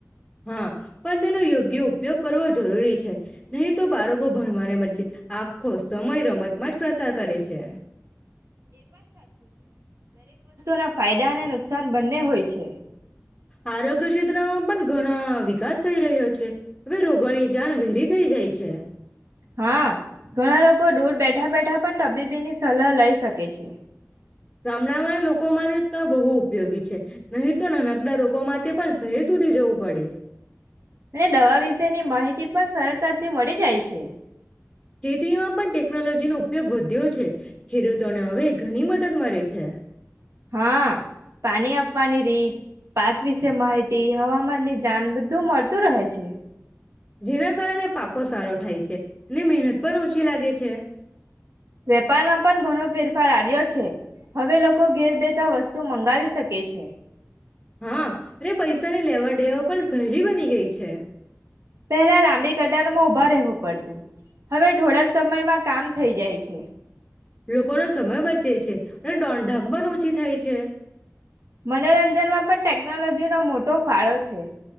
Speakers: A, in the centre; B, on the right.
A: હા પણ તેનો યોગ્ય ઉપ ઉપયોગ કરવો જરૂરી છે. નહી તો બાળકો ભણવાને બદલે આખો સમય રમતમાં જ પ્રસાર કરે છે.
B: ના ફાયદા અને નુકસાન બંને હોય છે.
A: આરોગ્ય ક્ષેત્રમાં બ ઘણા વિકાસ થઈ રહ્યો છે. હવે રોગોની જાન વહેલી થઈ જાય છે. છે.
B: હા ઘણા લોકો દૂર બેઠા બેઠા પણ તબીબીની સલાહ લઈ શકે છે.
A: ગામડામાં લોકો માટે તો બહુ ઉપયોગી છે નહી તો નાનકડા લોકોમાં તે પણ શહેર સુધી જવું પડે.
B: અને દવા વિશેની માહિતી પણ સરળતાથી મળી જાય છે.
A: ખેતીમાં પણ ટેકનોલોજી નો ઉપયોગ વધ્યો છે. ખીરું તને હવે ઘણી મદદ માે છે
B: હા પાણી આપવાની રીત પાક વિશે માહિતી હવામાન ની જાન બધું મળતું રહે છે
A: જેના કારણે પાકો સારો થાય છે એટલે મહેનત પર ઓ શ લાગે છે
B: વેપારમાં પણ ઘણો ફેરફાર આવ્યો છે હવે લોકો ઘેર બેઠા વસ્તુ મંગાવી શકે છે.
A: હા અને પૈસા નની લેવા દેવ. પણ સહેલી બની ગઈ છે.
B: પેલા લાંબી કટારમાં ઉભા રહેવું પડતું હવે થોડા સમયમાં કામ થઈ જાય છે.
A: લોકોનોો સમય બચે છે અને દોંઢામ પણ ઓછી. થાય છે.
B: મનોરંજનમાં પણ ટેકનોલોજી નો મોટો ફાળો છે.